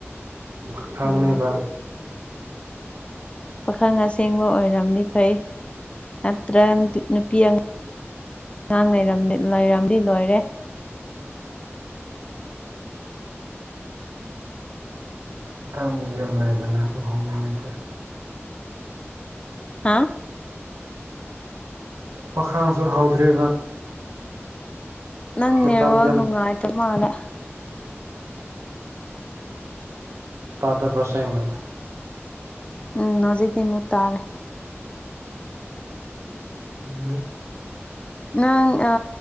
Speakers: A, on the right; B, on the left.
A: ꯐ ꯈꯥꯪꯅꯤꯕ
B: ꯑꯣ ꯄꯥꯈꯪ ꯑꯁꯦꯡꯕ ꯑꯣꯏꯔꯝꯅꯤ ꯐꯩ ꯅꯠꯇ꯭ꯔ ꯅꯨꯄꯤ ꯑꯉ ꯑꯉꯥꯡ ꯂꯩꯔꯝ ꯂꯩꯔꯝꯗꯤ ꯂꯣꯏꯔꯦ
A: <unintelligible> ꯂꯩꯗꯅ ꯂꯨꯍꯣꯡꯅꯤꯡꯉꯗꯤ
B: ꯍꯥꯥ
A: ꯄꯥꯈꯥꯡꯁꯨ ꯍꯥꯎꯗ꯭ꯔꯤꯕ
B: ꯅꯪ
A: ꯃꯇꯝ
B: ꯅꯦꯠꯋꯥꯔꯀ
A: ꯌꯥꯝ
B: ꯅꯨꯡꯥꯏꯇ ꯃꯥꯜꯂꯦ
A: ꯇꯥꯗꯕ꯭ꯔꯣ ꯁꯦꯡꯟ
B: ꯎꯝ ꯍꯧꯖꯤꯛꯇꯤꯃꯨꯛ ꯇꯥꯔꯦ
A: ꯈꯥꯗꯦ
B: ꯅꯪ ꯑ